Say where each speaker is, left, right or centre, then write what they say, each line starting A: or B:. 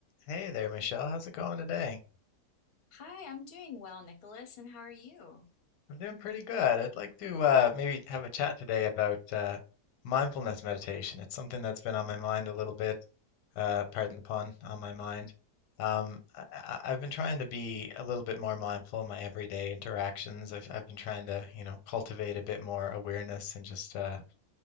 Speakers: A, on the left; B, on the left.
A: Hey there, Michelle. How's it going today?
B: Hi, I'm doing well, Nicholas, and how are you?
A: I'm doing pretty good. I'd like to uh, maybe have a chat today about uh, mindfulness meditation. It's something that's been on my mind a little bit, uh, pardon the pun, on my mind. Um, I, I- I've been trying to be a little bit more mindful in my everyday interactions. I've I've been trying to, you know, cultivate a bit more awareness and just uh,